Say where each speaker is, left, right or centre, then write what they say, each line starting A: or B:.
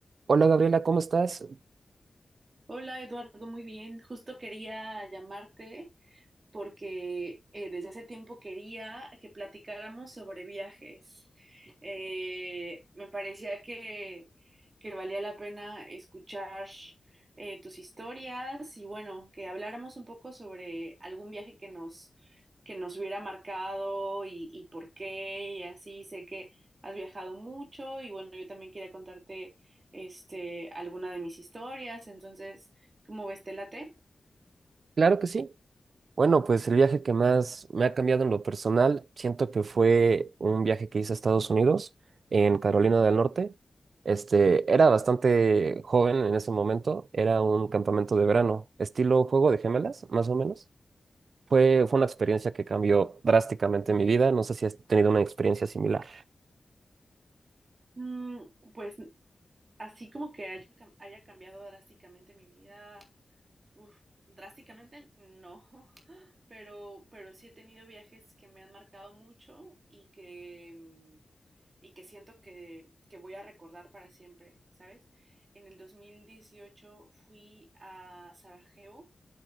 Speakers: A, on the right; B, on the right.
A: Hola Gabriela, ¿cómo estás?
B: Hola Eduardo, muy bien. Justo quería llamarte porque eh, desde hace tiempo quería que platicáramos sobre viajes. Eh, me parecía que, que valía la pena escuchar eh, tus historias y bueno, que habláramos un poco sobre algún viaje que nos, que nos hubiera marcado y, y por qué y así. Sé que has viajado mucho y bueno, yo también quería contarte este, alguna de mis historias, entonces, ¿cómo ves, te late?
A: Claro que sí. Bueno, pues el viaje que más me ha cambiado en lo personal, siento que fue un viaje que hice a Estados Unidos, en Carolina del Norte. Este, era bastante joven en ese momento, era un campamento de verano, estilo juego de gemelas, más o menos. Fue, fue una experiencia que cambió drásticamente mi vida, no sé si has tenido una experiencia similar.
B: Mm, Pues Así como que haya haya cambiado drásticamente mi vida, uf, drásticamente no, <laughs> pero, pero sí he tenido viajes que me han marcado mucho y que, mm, y que siento que, que voy a recordar para siempre, ¿sabes? En el 2018 fui a Sarajevo,